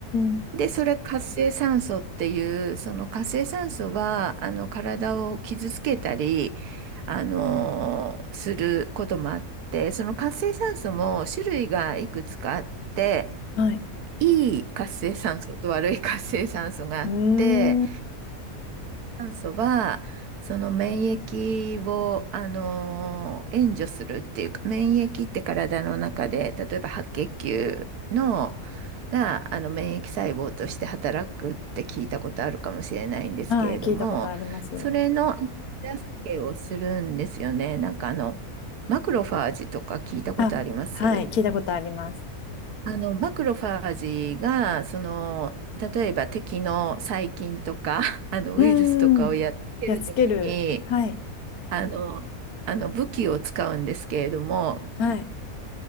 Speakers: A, on the left; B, on the right.
A: ん。
B: で、それ活性酸素っていう、その活性酸素は、あの、体を傷つけたり、あのー、することもあって、その活性酸素も種類がいくつかあって、
A: はい。
B: いい活性酸素と悪い活性酸素があって、
A: うーん。
B: 酸素はその免疫を、あのー援助するっていうか免疫って体の中で例えば白血球のがあの免疫細胞として働くって聞いたことあるかもしれないんですけれどもそれの手助けをするんですよねなんかあのマクロファージとか聞いたことあります
A: はい。聞いたことあります。あ、はい。聞いたことあります。
B: あの、マクロファージが、その、例えば敵の細菌とか、<laughs> あの、
A: うーん。
B: ウイルスとかをやっつけるときに、
A: やっつける。はい。
B: あの、あの、武器を使うんですけれども、
A: はい。